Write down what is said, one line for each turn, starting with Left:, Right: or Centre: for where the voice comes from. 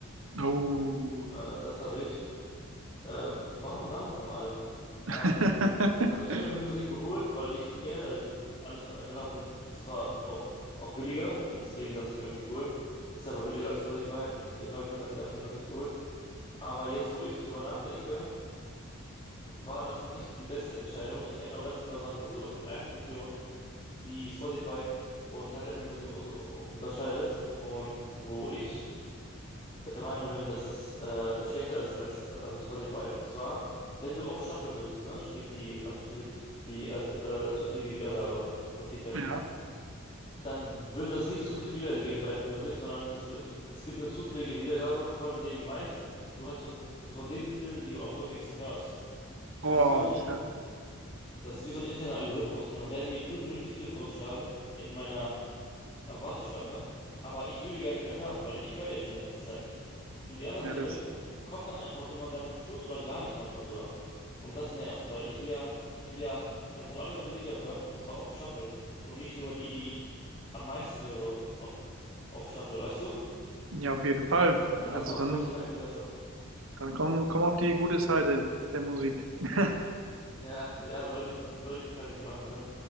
Right: Oh.
Left: äh, das habe ich. Äh, warum sagen das immer alle?
Right: <laughs>
Left: Ähm, also ich habe Apple Music geholt, weil ich generell alles von Apple habe und das war auch, auch billiger und deswegen dachte ich mir, okay, cool, ist aber billiger als Spotify und deswegen habe ich mir das an, an, an sich geholt. Aber jetzt, wo ich drüber nachdenke, war das nicht die beste Entscheidung. Ich kann dir auch ganz genau sagen, wieso. Es gibt eine Funktion, die Spotify und halt Apple Music un- unterscheidet und wo ich der Meinung bin, dass es äh, schlechter ist als ähm, Spotify. Und zwar, wenn du auf Shuffle drückst, ne, sprich die, ähm, zufällig, die äh, äh, zufällige Wiedergabe von Titeln,
Right: Ja.
Left: dann wird das nicht zufällig wiedergegeben bei Apple Music, sondern es, wird- es gibt eine zufällige Wiedergabe von den meist, so halt so, so von den Titeln, die du am häufigsten hörst.
Right: Oh,
Left: Das ist wie so
Right: das
Left: ein,
Right: ist ja,
Left: das ist wie so ein interner Algorithmus. Und dann werden mir nur, nur die Titel vorgeschlagen in meiner ähm, Warteschlange, aber ich will die gar nicht mehr hören, weil ich höre die ja schon die ganze Zeit. Und die anderen
Right: ja,
Left: Titel
Right: das,
Left: kommen dann einfach irgendwann ganz zum Schluss oder gar nicht manchmal sogar. Und das nervt, weil ich will ja, ich will ja ähm, so alle meine Lieder hören und zwar auf Shuffle und nicht nur die, die ich am meisten höre auf, auf Shuffle, weißt du?
Right: ja, auf jeden Fall.
Left: Und
Right: Also
Left: das macht
Right: dann,
Left: Spotify viel besser.
Right: dann komm, komm auf die gute Seite der Musik. <laughs>
Left: Ja, ja, sollte ich, sollte ich wahrscheinlich machen, ne?